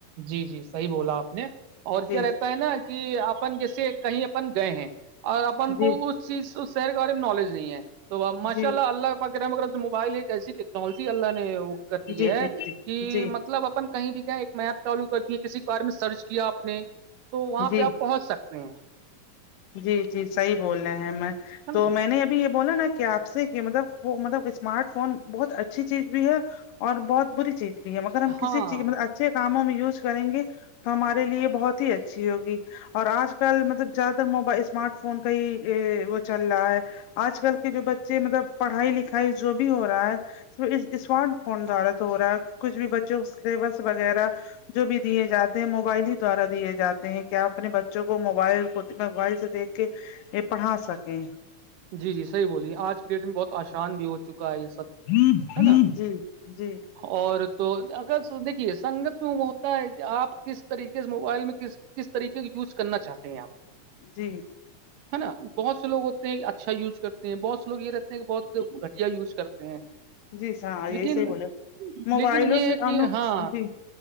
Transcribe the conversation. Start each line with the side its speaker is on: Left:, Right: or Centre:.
Right: جی جی صحیح بولا آپ نے اور
Left: جی
Right: کیا رہتا ہے نا کہ اپن جیسے کہیں اپن گئے ہیں اور اپن
Left: جی
Right: کو اس چیز اس شہر کے بارے میں نالج نہیں ہے تو ماشاء
Left: جی
Right: اللہ
Left: جی
Right: اللہ پاک کا رحم و کرام موبائل ایک ایسی ٹیکنالوجی اللہ نے وہ کر دی
Left: جی
Right: ہے
Left: جی
Right: کہ مطلب اپن کہیں بھی گئے میپ چالو کر دیے کسی بارے میں سرچ کیا آپ نے تو
Left: جی
Right: وہاں
Left: جی
Right: پہ آپ پہنچ سکتے ہیں
Left: جی جی صحیح بول رہے ہیں میں
Right: ہے
Left: تو
Right: نا
Left: میں نے ابھی یہ بولا نا کہ آپ سے کہ مطلب وہ مطلب اسمارٹ فون بہت اچھی چیز بھی ہے اور بہت بری چیز بھی ہے مگر ہم کسی
Right: ہاں
Left: چیز مطلب اچھے کاموں میں یوز کریں گے تو ہمارے لیے بہت ہی اچھی ہوگی اور آج کل مطلب زیادہ تر موبائل اسمارٹ فون کا ہی یے وہ چل رہا ہے آج کل کے جو بچے مطلب پڑھائی لکھائی جو بھی ہو رہا ہے اسمارٹ فون دوارا تو رہا ہے کچھ بھی بچوں کو سلیبس وغیرہ جو بھی دیے جاتے ہیں موبائل ہی دوارا دیے جاتے ہیں کیا اپنے بچوں کو موبائل خود موبائل سے دیکھ کے یہ پڑھا سکیں
Right: جی جی صحیح بولیے آج کے ڈیٹ میں بہت آسان بھی ہو چکا ہے یہ سب
Left: جی
Right: ہے نا
Left: جی
Right: اور تو اگر دیکھیے سنگت میں ہوتا ہے آپ کس طریقے سے موبائل میں کس کس طریقے کا یوز کرنا چاہتے ہیں آپ
Left: جی
Right: ہے نا بہت سے لوگ ہو تے ہیں اچھا یوز کرتے ہیں بہت سے لوگ یہ رہتے ہیں کہ بہت گھٹیا یوز کرتے ہیں
Left: جی سا یہی
Right: لیکن
Left: صحیح بولے موبائلوں
Right: لیکن یہ
Left: سے
Right: ہے کہ
Left: ان
Right: ہاں
Left: جی